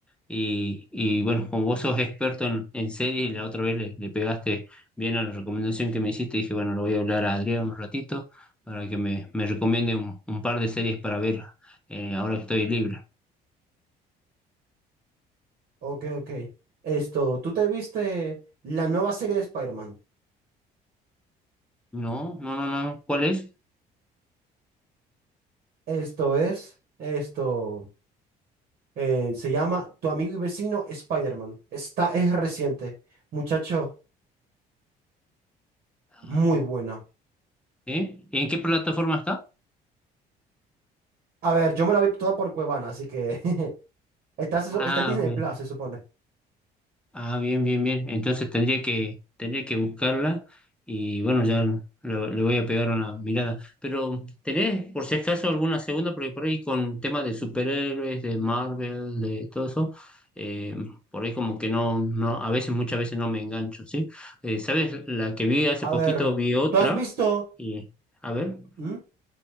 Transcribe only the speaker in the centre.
y, y, bueno, como vos sos experto en, en series, y la otra vez le, le pegaste bien a la recomendación que me hiciste, dije, bueno, lo voy a hablar a Adrián un ratito para que me, me recomiende un, un par de series para ver eh, ahora que estoy libre.
No, no, no, no, ¿cuál es?
Ah,
ok.
¿Sí? ¿En qué plataforma está?
Ah,
bien,
ah, bien, bien. bien. Entonces tendría que, tendría que buscarla y bueno, ya lo- le voy a pegar una mirada. Pero, ¿tenés por si acaso alguna segunda? Porque por ahí con temas de superhéroes, de Marvel, de todo eso, eh, por ahí como que no, no, a veces, muchas veces no me engancho, ¿sí? Eh, ¿sabes? La que vi hace
poquito
vi otra
y, a ver,